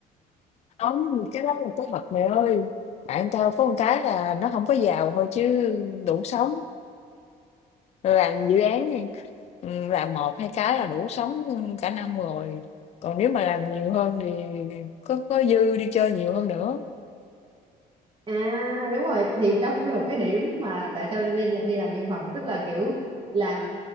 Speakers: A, on the left (about 40°); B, on the right (about 30°).
A: không cái đó là cái thật mày ơi bạn tao có một cái là nó không có giàu thôi chứ đủ sống làm dự án Ừ, làm một hai cái là đủ sống cả năm rồi còn nếu mà làm nhiều hơn thì có có dư đi chơi nhiều hơn nữa
B: À đúng rồi thì đó cũng là một cái điểm mà tại sao nên đi đi làm văn phòng tức là kiểu làm